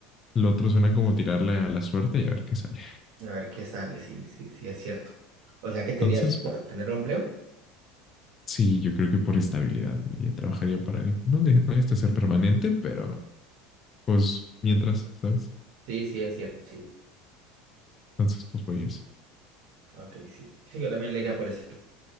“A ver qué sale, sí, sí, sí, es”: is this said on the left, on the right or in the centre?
Right